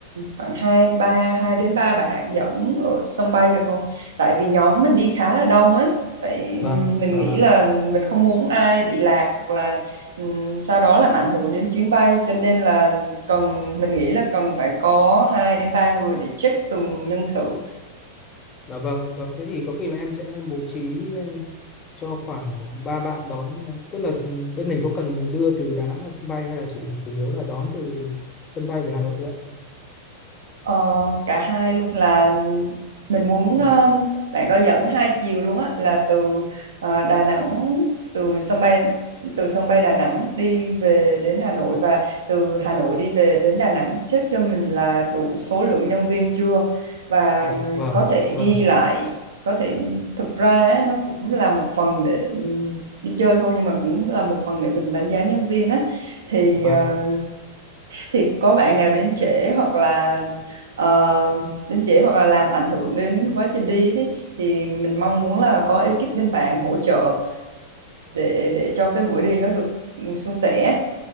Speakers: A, on the right; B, on the left.
A: khoảng hai ba hai đến ba bạn dẫn ở sân bay được không? Tại vì nhóm mình đi khá là đông ấy, phải
B: vâng ạ,
A: mình
B: vâng
A: nghĩ
B: ạ
A: là mình không muốn ai bị lạc hoặc là ừm, sau đó làm ảnh hưởng đến chuyến bay cho nên là cần mình nghĩ là cần phải có hai đến ba người để check từng nhân sự
B: dạ vâng ạ, vâng thế thì có khi là em sẽ bố trí ờ, cho khoảng 3 bạn đón ờ, tức là bên mình có cần đưa từ Đà Nẵng ra sân bay hay là chỉ chủ yếu là đón từ sân bay về Hà Nội thôi ạ?
A: Ờ, cả hai luôn là mình muốn
B: Vâng.
A: ờ, bạn đó dẫn hai chiều luôn á là từ ờ, Đà Nẵng từ sân bay từ sân bay Đà Nẵng đi về đến Hà Nội và từ Hà Nội đi về đến Đà Nẵng check cho mình là đủ số lượng nhân viên chưa và
B: Dạ
A: ừm,
B: vâng,
A: có thể
B: dạ vâng,
A: ghi lại có thể thực ra á, nó cũng là một phần để ừm, đi chơi thôi nhưng mà cũng là một phần để mình đánh giá nhân viên á thì
B: vâng
A: ờ,
B: ạ.
A: thì có bạn nào đến trễ hoặc là ờ, đến trễ hoặc là làm ảnh hưởng đến quá trình đi thì thì mình mong muốn là có ekip bên bạn hỗ trợ để để cho cái buổi đi nó được ừ, suôn sẻ